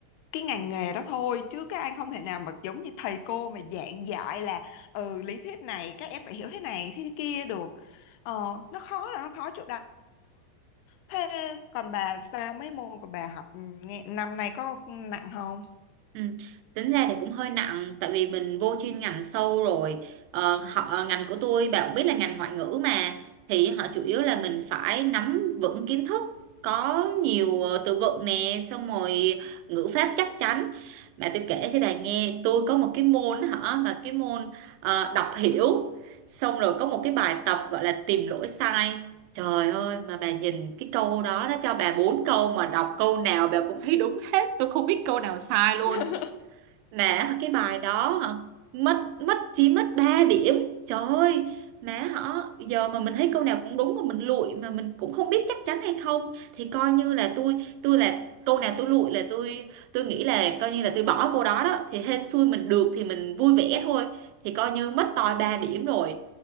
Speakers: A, on the left; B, on the right.
A: cái ngành nghề đó thôi chứ các anh không thể nào mà giống như thầy cô mà giảng dạy là ừ lý thuyết này các em phải hiểu thế này thế kia được Ờ, nó khó là nó khó chỗ đó thế còn bà sao mấy môn của bà học ừ, nghe, năm nay có nặng không
B: Ừ. Tính ra thì cũng hơi nặng tại vì mình vô chuyên ngành sâu rồi ờ, họ ờ, ngành của tôi bạn cũng biết là ngành ngoại ngữ mà thì họ chủ yếu là mình phải nắm vững kiến thức có nhiều ờ, từ vựng nè xong rồi ngữ pháp chắc chắn mà tôi kể cho bà nghe tôi có một cái môn hả mà cái môn ờ, đọc hiểu xong rồi có một cái bài tập gọi là tìm lỗi sai trời ơi mà bà nhìn cái câu đó nó cho bà bốn câu mà đọc câu nào bà cũng thấy đúng hết tôi không biết câu nào sai luôn
A: <laughs>
B: mà cái bài đó hả, mất mất chỉ mất 3 điểm. Trời ơi, má họ giờ mà mình thấy câu nào cũng đúng mà mình lụi mà mình cũng không biết chắc chắn hay không thì coi như là tôi tôi là câu nào tôi lụi là tôi tôi nghĩ là coi như là tôi bỏ câu đó đó thì hên xui mình được thì mình vui vẻ thôi thì coi như mất toi 3 điểm rồi.